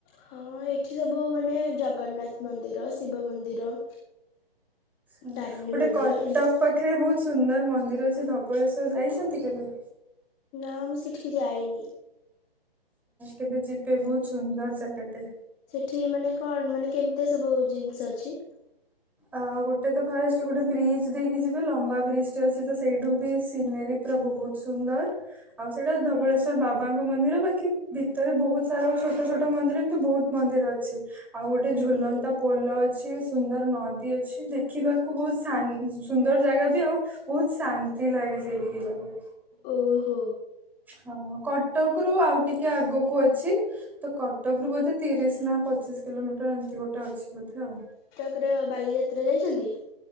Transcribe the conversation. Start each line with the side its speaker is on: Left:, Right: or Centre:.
Left: ହଁ ଏଇଠି ସବୁ ମାନେ ଜଗନ୍ନାଥ ମନ୍ଦିର ଶିବ ମନ୍ଦିର <inaudible>
Centre: ଆ
Left: ତାରିଣୀ
Centre: ଗୋଟେ
Left: ମନ୍ଦିର
Centre: କଟକ
Left: ଏମିତି
Centre: ପାଖରେ ବହୁତ ସୁନ୍ଦର ମନ୍ଦିର ଅଛି ଧବଳେଶ୍ଵର ଯାଇଛନ୍ତି କେବେ
Left: ନା ମୁଁ ସେଠିକି ଯାଇନି
Centre: କେବେ ଯିବେ ବହୁତ ସୁନ୍ଦର ଜାଗାଟେ
Left: ସେଠି ମାନେ କଣ ମାନେ କେମିତି ସବୁ ଜିନିଷ ଅଛି
Centre: ଆ ଗୋଟେ ତ ଫାଷ୍ଟ ଗୋଟେ ବ୍ରିଜ୍ ଦେଇକି ଯିବେ ଲମ୍ବା ବ୍ରିଜ ଟେ ଅଛି ତ ସେଇଠୁ ବି ସିନେରୀ ପ୍ରଭୁ ବହୁତ ସୁନ୍ଦର ଆଉ ସେଇଟା ଧବଳେଶ୍ଵର ବାବାଙ୍କ ମନ୍ଦିର ପାଖେ ଭିତରେ ବହୁତ ସାରା ଆଉ ଛୋଟ ଛୋଟ ମନ୍ଦିର ଏମିତି ବହୁତ ମନ୍ଦିର ଅଛି ଆଉ ଗୋଟେ ଝୁଲନ୍ତା
Left: ହୁଁ
Centre: ପୋଲ ଅଛି ସୁନ୍ଦର ନଦୀ ଅଛି ଦେଖିବାକୁ ବହୁତ ଶା ସୁନ୍ଦର ଜାଗା ବି ଆଉ ବହୁତ ଶାନ୍ତି ଲାଗେ ସେଠିକି ଗଲେ
Left: ଓହୋ।
Centre: ହଁ କଟକ ରୁ ଆଉ ଟିକେ ଆଗକୁ ଅଛି ତ କଟକ ରୁ ବୋଧେ ତିରିଶ ନା ପଚିଶ କିଲୋମିଟର ଏମିତି ଗୋଟେ ଅଛି ବୋଧେ ଆଉ
Left: ପୁରା ବାଲିଯାତ୍ରା ଯାଇଛନ୍ତି?